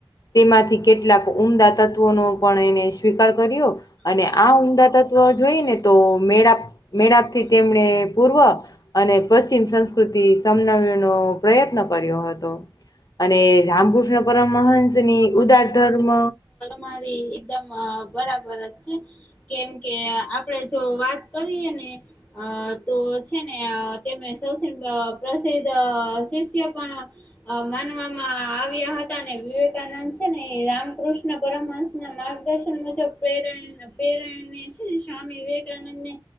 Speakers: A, on the left; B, on the left.
A: તેમાંથી કેટલાક ઉમદા તત્વોનો પણ એને સ્વીકાર કરયું. અને આ ઊધા તત્વ જોઈને તો મેળાપ મેળાપ થી તેમને પૂર્વ અને પશ્ચિમ સંસ્કૃતિ સમજાવવાનો પ્રયત્ન હતો. અને રામકૃષ્ણ પરમહંસની ઉદાર ધર્મ
B: મારી એકદમ અ બરાબર જ છે. કેમકે આપણે જો વાત કરીએ ને અ તો છે ને અ તેમને સૌથી અ પ્રસિદ્ધ અ શિષ્ય પણ અ માનવામાં આવ્યા હતા ને વિવેકાનંદ છે ને એ રામકૃષ્ણ પરમહંસ ના માર્ગદર્શન મુજબ પ્રેરણ પ્રેરણા એ છે ને સ્વામી વિવેકાનંદ ને